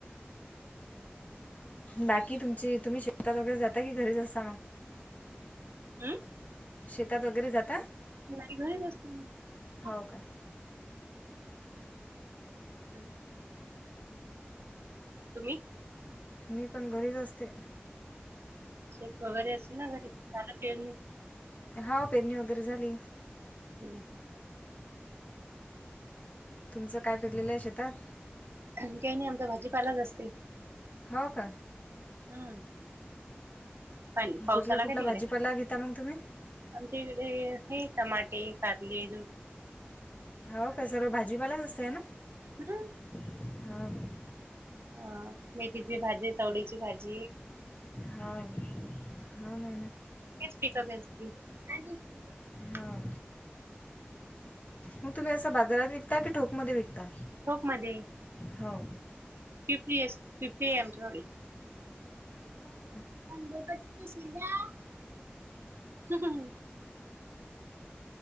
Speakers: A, on the left; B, on the right.
A: बाकी तुमची तुम्ही शेतात वगैरे जाता कि घरीच असता मग.
B: हम्म
A: शेतात वगैरे जाता.
B: मई घरीच अस ना
A: हो का
B: हम् तुम्ही
A: मी पण घरीच असते
B: शेफ वगैरे असेल ना घरी झाला पेर नाही
A: हाव पेरणी वगैरे झाली
B: हम्म ह
A: तुमचं काय पिकलेलं आहे शेतात.
B: काही नाही आमचा भाजीपालाच असते
A: हो का
B: हम्म. पण पाऊसा
A: कुठला
B: आला
A: कुठला
B: काय तिकडे.
A: भाजीपाला घेता मग तुम्ही
B: आमच्या इकडे हे टमाटे कारले दु
A: हो काय सर्व भाजीपालाच असतेय ना.
B: हम्.
A: हो काय.
B: ह मेथीची भाजी चवळीची भाजी.
A: हो हो ना
B: <unintelligible>
A: हो मग तुम्ही असं बाजारात विकता की ठोकमध्ये विकता.
B: ठोक मध्ये
A: हो
B: फिफ्टी येस फिफ्टिमचिवडी
A: हम्
B: <unintelligible>